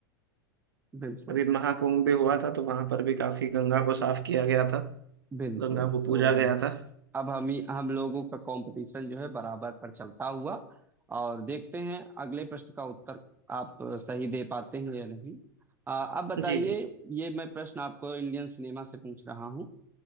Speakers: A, on the right; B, on the right.
A: बिल्कुल
B: अभी महाकुंभ भी हुआ था तो वहां पर भी काफी गंगा को साफ किया गया था
A: बिल्कुल
B: गंगा को पूजा
A: तो
B: गया था
A: अब हम ही हम लोगों का कंपटीशन जो है बराबर पर चलता हुआ और देखते हैं अगले प्रश्न का उत्तर आप सही दे पाते हैं या नहीं आ, अब बताइए
B: जी जी
A: ये मैं प्रश्न आपको इंडियन सिनेमा से पूछ रहा हूँ